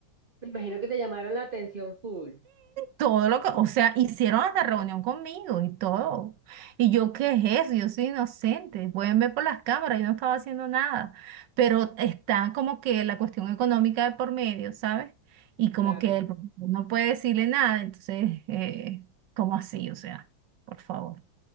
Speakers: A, on the right; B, on the right.
A: Me imagino que te llamaron la atención full,
B: Todo lo que, o sea, hicieron hasta reunión conmigo y todo. Y yo, ¿qué es eso? Yo soy inocente. Pueden ver por las cámaras, yo no estaba haciendo nada. Pero está como que la cuestión económica de por medio, ¿sabes? Y como
A: claro.
B: que el profesor no puede decirle nada, entonces, eh, ¿cómo así? O sea, por favor,